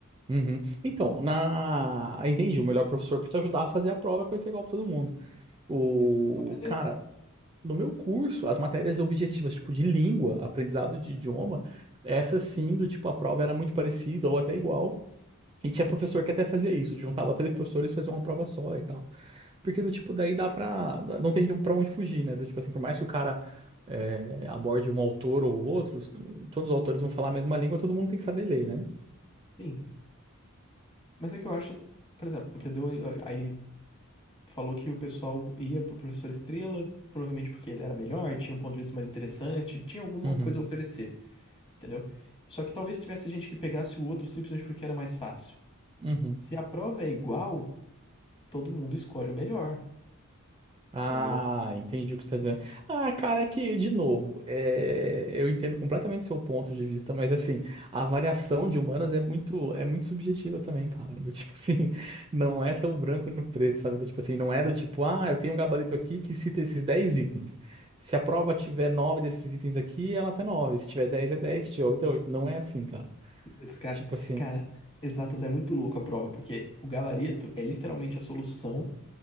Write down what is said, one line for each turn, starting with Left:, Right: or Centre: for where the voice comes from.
Right: Uhum. Então, na... entendi, o melhor professor para te ajudar a fazer a prova é conhecer igual para todo mundo. O
Left: Isso, pra tu aprender.
Right: cara, no meu curso, as matérias objetivas, tipo de língua, aprendizado de idioma, essa sim, do tipo, a prova era muito parecida ou até igual. E tinha professor que até fazia isso, juntava três professores e fazia uma prova só e tal. Porque do tipo, daí dá pra. Não tem de um- pra onde fugir, né? Do tipo assim, por mais que o cara é, aborde um autor ou outros, todos os autores vão falar a mesma língua, todo mundo tem que saber ler, né?
Left: Sim. Mas é que eu acho, por exemplo, aprendeu aí falou que o pessoal ia pro professor Estrela, provavelmente porque ele era melhor, tinha um ponto de vista mais interessante, tinha alguma
Right: Uhum.
Left: coisa a oferecer, entendeu? Só que talvez tivesse gente que pegasse o outro simplesmente porque era mais fácil.
Right: Uhum.
Left: Se a prova é igual, todo mundo escolhe o melhor,
Right: Ah,
Left: entendeu?
Right: entendi o que você está dizendo. Ah, cara, é que, de novo, é, eu entendo completamente seu ponto de vista, mas assim, a avaliação de humanas é muito, é muito subjetiva também, cara. Do tipo assim, <laughs> não é tão branco no preto, sabe? Do tipo assim, não é do tipo, ah, eu tenho um gabarito aqui que cita esses 10 itens. Se a prova tiver 9 desses itens aqui, ela até 9. Se tiver 10, é 10. se tiver 8, é 8, Não é assim, cara.
Left: Putz, cara,
Right: Tipo assim,
Left: cara, exatas é muito louco a prova, porque o gabarito é literalmente a solução